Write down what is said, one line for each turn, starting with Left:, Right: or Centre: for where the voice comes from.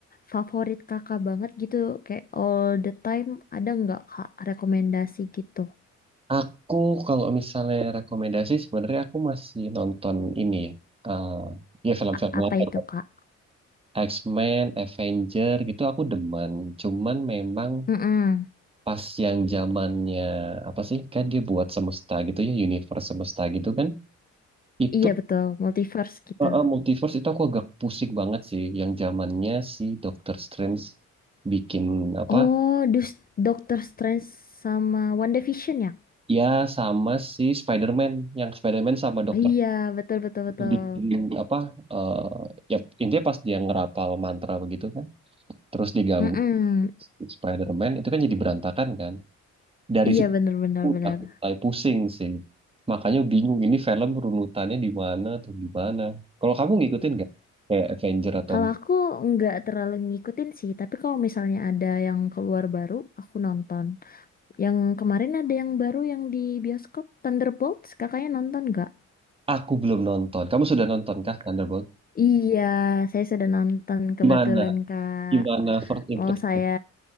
Left: favorit kakak banget gitu, kayak all the time, ada nggak Kak rekomendasi gitu?
Right: Aku kalau misalnya rekomendasi sebenarnya aku masih nonton ini ya. eh, ya film-film
Left: A- apa
Right: lama.
Left: itu Kak?
Right: X-Men, Avenger gitu aku demen. Cuman memang
Left: Mm-mm.
Right: pas yang zamannya apa sih? Kan dia buat semesta gitu ya, universe semesta gitu kan. Itu
Left: Iya betul, multiverse gitu.
Right: eh, eh, multiverse itu aku agak pusing banget sih yang zamannya si Doctor Strange bikin apa?
Left: Oh, dus Doctor Strange sama WandaVision ya?
Right: Ya sama si Spider-Man, yang Spider-Man sama Doctor
Left: Iya, betul betul betul.
Right: di apa eh, ya intinya pas dia ngerapal mantra begitu kan terus diganggu
Left: Mm-mm.
Right: si Spider-Man itu kan jadi berantakan kan dari
Left: Iya
Right: situ
Left: bener bener
Right: udah
Left: bener.
Right: mulai pusing sih makanya bingung ini film runutannya di mana tuh di mana kalau kamu ngikutin nggak kayak Avenger atau
Left: Kalau aku nggak terlalu ngikutin sih, tapi kalau misalnya ada yang keluar baru, aku nonton. Yang kemarin ada yang baru yang di bioskop Thunderbolts, kakaknya nonton nggak?
Right: aku belum nonton kamu sudah nonton kah Thunderbolt
Left: Iya, saya sudah nonton kebetulan
Right: gimana
Left: Kak.
Right: gimana first impression
Left: Mau saya